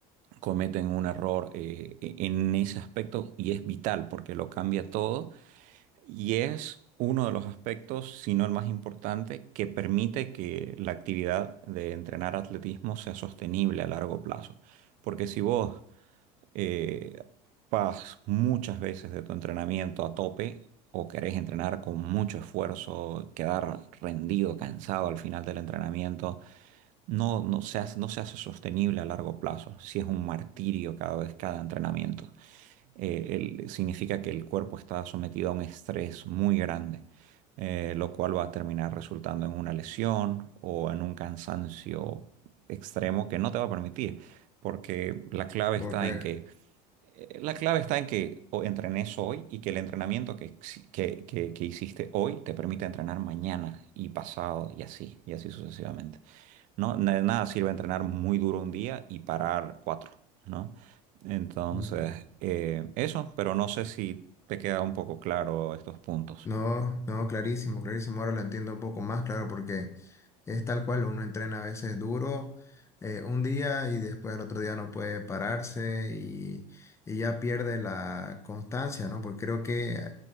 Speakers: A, on the right (about 55°); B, on the left (about 20°).
A: cometen un error eh, e- en ese aspecto y es vital porque lo cambia todo y es uno de los aspectos, si no el más importante, que permite que la actividad de entrenar atletismo sea sostenible a largo plazo. Porque si vos eh, vas muchas veces de tu entrenamiento a tope o querés entrenar con mucho esfuerzo, quedar rendido, cansado al final del entrenamiento, no, no se hace, no se hace sostenible a largo plazo. Si es un martirio cada vez cada entrenamiento, Eh, el- significa que el cuerpo está sometido a un estrés muy grande. eh, lo cual va a terminar resultando en una lesión o en un cansancio extremo que no te va a permitir, porque la clave
B: Volver.
A: está en que eh, La clave está en que o entrenes hoy y que el entrenamiento que, exi- que, que- que hiciste hoy te permite entrenar mañana y pasado y así, y así sucesivamente. No, Na- nada sirve entrenar muy duro un día y parar cuatro, ¿no? Entonces,
B: Ujú, ujú.
A: eh, eso, pero no sé si te queda un poco claro estos puntos.
B: No, no, clarísimo, clarísimo. Ahora lo entiendo un poco más, claro, porque es tal cual, uno entrena a veces duro eh, un día y después al otro día no puede pararse y, y ya pierde la constancia, ¿no? Porque creo que